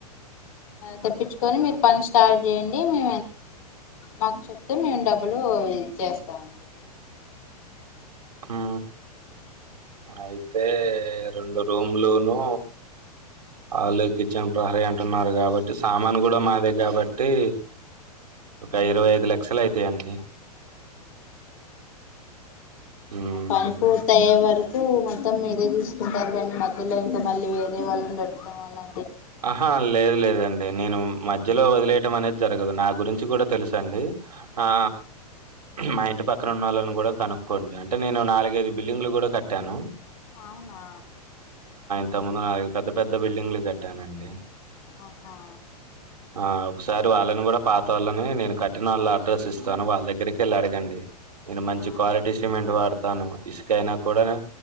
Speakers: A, on the left; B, on the right.
A: తెప్పించుకొని మీరు పని స్టార్ట్ చేయండి మే మాకు చెప్తే మేము డబ్బులు ఇచ్చేస్తా ఉంది
B: హ అయితే రెండు రూమ్లును హాలు కిచెన్ ప్రహరీ అంటున్నారు కాబట్టి సామాను కూడా మాదే కాబట్టి ఒక ఇరవై ఐదు లక్షలు అయితాయండి మ్మ్
A: పనిపూర్తాయవరకు ప్పు మొత్తం మీదే చూసుకుంటారు కానీ మధ్యలో ఇంకా మళ్ళీ వేరే వాళ్ళని పెట్టడం అలా
B: ఆహా లేదు లేదండి నేను మధ్ ధ్యలో వదిలేయటం అనేది జరగదు నా గురించి కూడా తెలుస అండి ఆ మా ఇంటి పక్కన ఉన్న వాళ్ళని కూడా కనుక్కోండి అంటే నేను నాలుగు గైదు బిల్డింగ్ లు కూడా కట్టాను
A: అవునా
B: ఇంతముందు నాలుగు పెద్ద పెద్ద బిల్డింగ్లు కట్టానండి
A: ఆహా
B: ఆ ఒకసారి వాళ్ళని కూడా పాత వాళ్ళని నేను కట్టిన వాళ్ళ అడ్రస్ ఇస్తాను వాళ్ళ దగ్గరికి వెళ్ళి అడగండి నేను మంచి
A: ఆ
B: క్వాలిటీ సిమెంట్ వాడతాను ఇసుకైనా కూడా